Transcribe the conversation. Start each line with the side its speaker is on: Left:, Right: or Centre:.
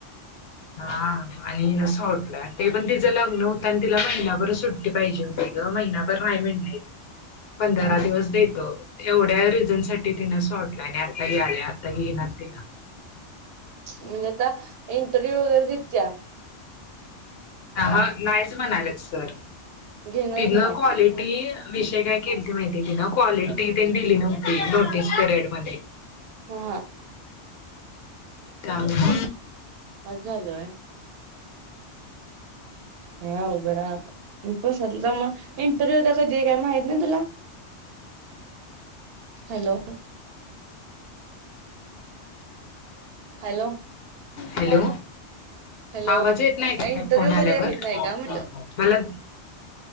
Left: हा हा आणि न सोडला. ते पण तिचं लग्न होतं. आणि तिला महिनाभर सुट्टी पाहिजे होती ग. महिना नाही म्हंटलीत. पंधरा
Right: हा हा
Left: दिवस देतो. एवढ्या रिझन साठी तिन सोडल्या आणि आता याल्या आता घेईनात तिला.
Right: आणि आता इंटरव्ह्यू वगैरे दित्या.
Left: थांब ह. नाहीच म्हणाल्यात सर
Right: घेणारच
Left: तिनं
Right: नाही
Left: क्वालिटी विषय काय केलती माहित आहे का तीन. क्वालिटी त्यांनी दिली नव्हती. नोटीस पिरियड मध्ये.
Right: हा.
Left: काय माहित.
Right: अस झालं होय. काय अवघड आहे आबा. प्रसाद ला तर मग इंटरव्ह्यू कधी काय माहीत नाही तुला?
Left: <inaudible>
Right: हॅलो. हॅलो.
Left: हॅलो.
Right: हॅलो
Left: आवाज येत नाही काय.
Right: इंटरव्ह्यू
Left: फोन आल्यावर
Right: कधी आहे माहित नाही का म्हटलं
Left: मला